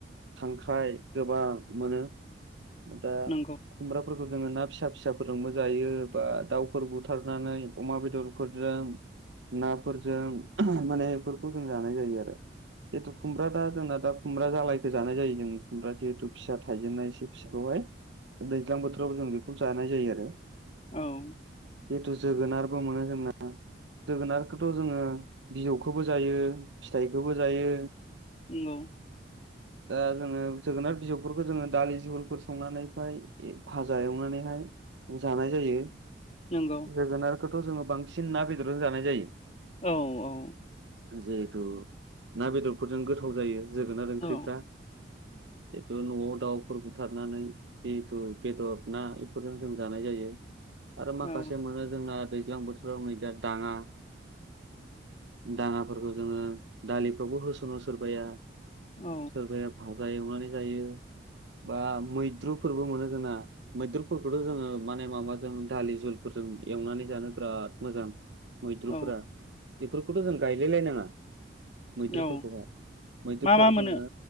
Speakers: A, on the right (about 75°); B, on the left (about 35°).
A: खांख्राइ गोबां मोनो दा
B: नंगौ
A: खुमब्राफोरखौ जोङो ना फिसा फिसाफोरजोंबो जायो बा दाउ फोर बुथारनानै अमा बेदरफोरजों नाफोरजों माने बेफोरखौ जों जानाय जायो आरो जिहेथु खुमब्रा दा जोंना दा खुमब्रा जालायखौ जानाय जायो जों खुमब्रा जिहेथु फिसा थायजेननाय एसे बिसोरखौहाय दैज्लां बोथोराव जों बेखौनो जानाय जायो आरो
B: औ
A: जिहेतु जोगोनारबो मोनो जोंना जोगोनारखौथ' जोङो बिजौ खौबो जायो फिथाइखौबो जायो
B: नोंगौ
A: <inaudible> दा जोङो जोगोनार बिजौफोरखौ जोङो दालि जहलफोर संनानै फाय भाजा एवनानैहाय जानाय जायो
B: नंगौ
A: जोगोनारखौथ' जोङो बांसिन ना बेदरजों जानाय जायो
B: औ औ
A: जिहेथु ना बेदरफोरजों गोथाव जायो जोगोनार ओंख्रिफ्रा
B: औ
A: जिथु न'आव दाउफोर बुथारनानै जिथु बेदर ना बेफोरजों जों जानाय जायो आरो माखासे
B: औ
A: मोनो जोंना दैज्लां बोथोराव नै दा दाङा दाङाफोरखौ जोङो दालिफ्रावबो होसङो सोरबाया
B: औ
A: सोरबाया भाजा एवनानै जायो बा मैद्रुफोरबो मोनो जोंना मैद्रुफोरखौथ' जोङो माने माबाजों दालि जुलफोरजों एवनानै जानो बिराद मोजां मैद्रुफोरा
B: औ
A: बेफोरखौथ' जों गायलायलायनाङा मैद्रुफोरखौहाय
B: औ
A: मैदुफ्राथ'
B: मा मा मोनो
A: जोङो